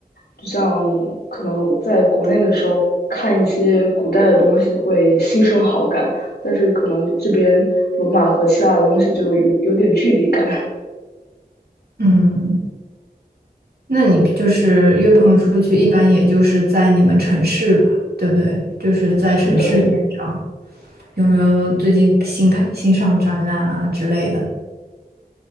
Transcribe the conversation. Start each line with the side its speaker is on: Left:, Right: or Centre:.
Left: 就像可能在国内的时候看一些古代的东西会心生好感，但是可能这边罗马和希腊的东西就有有点距离感。<laughs>
Right: 嗯，那你就是约朋友出去，一般也就是在你们城市吧，对不对？就是在城市里面找，
Left: 是的，
Right: 有没有最近新开新上展览啊之类的？